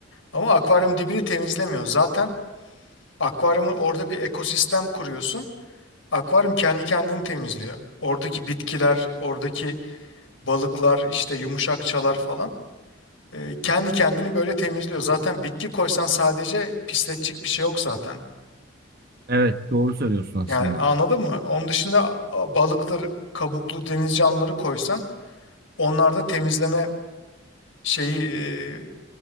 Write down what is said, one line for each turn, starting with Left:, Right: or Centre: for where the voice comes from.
Left: Ama akvaryum dibini temizlemiyor. Zaten akvaryumun orada bir ekosistem kuruyorsun. Akvaryum kendi kendini temizliyor. Oradaki bitkiler, oradaki balıklar, işte yumuşakçalar falan. E, kendi kendini böyle temizliyor. Zaten bitki koysan sadece pisletecek bir şey yok zaten.
Right: Evet, doğru söylüyorsun aslında.
Left: Yani anladın mı? Onun dışında a- balıktır, kabuklu deniz canlıları koysan onlar da temizleme şeyi e,